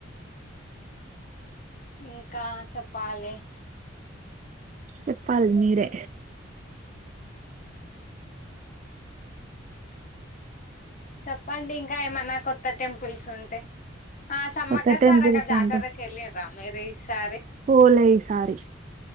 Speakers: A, on the left (about 40°); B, on the right (about 40°).
A: ఇంకా చెప్పాలి
B: చెప్పలి మీరే
A: చెప్పండి ఇంక ఏమన్నా కొత్త టెంపుల్స్ ఉంటే ఆ సమ్మక్క
B: కొత్త టెంపుల్
A: సారక్క జాతర
B: అంటే
A: కెల్లిర్ర మీరూ ఈ సారి
B: పోలే ఈసారి